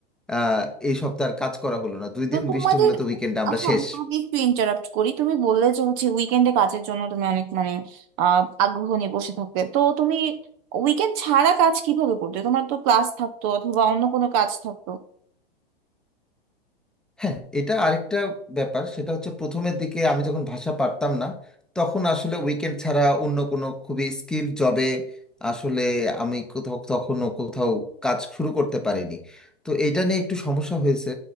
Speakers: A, in the centre; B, on the right (about 35°).
A: আহ, এই সপ্তাহ আর কাজ করা হলো না দুই
B: তো
A: দিন
B: তোমাদের
A: বৃষ্টি হলে তো উইকেন্ডে আমরা
B: আচ্ছা
A: শেষ
B: আমি তোমাকে একটু ইন্টারাপ্ট করি তুমি বললে যে হচ্ছে উইকেন্ডে কাজের জন্য তুমি অনেক মানে আহ আগ্রহ নিয়ে বসে থাকতে তো তুমি উইকেন্ড ছাড়া কাজ কিভাবে করতে তোমার তো ক্লাস থাকতো অথবা অন্য কোনো কাজ থাকতো
A: হ্যাঁ এটা আরেকটা ব্যাপার সেটা হচ্ছে প্রথমের দিকে আমি যখন ভাষা পারতাম না তখন আসলে উইকেন্ড ছাড়া অন্য কোনো খুবই স্কিল জবে আসলে আমি কোথাও তখনও কোথাও কাজ শুরু করতে পারিনি তো এটা নিয়ে একটু সমস্যা হয়েছে